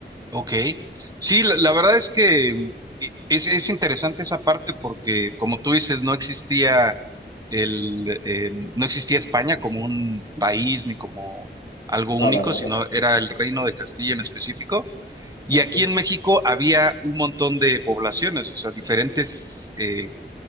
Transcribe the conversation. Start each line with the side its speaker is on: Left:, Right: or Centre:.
Right: Ok. Sí, la, la verdad es que mm, e- es, es interesante esa parte porque, como tú dices, no existía el, eh, no existía España como un país ni como algo único,
Left: Para nada.
Right: sino era el Reino de Castilla en específico.
Left: Exacto.
Right: Y aquí en México había un montón de poblaciones, o sea, diferentes eh,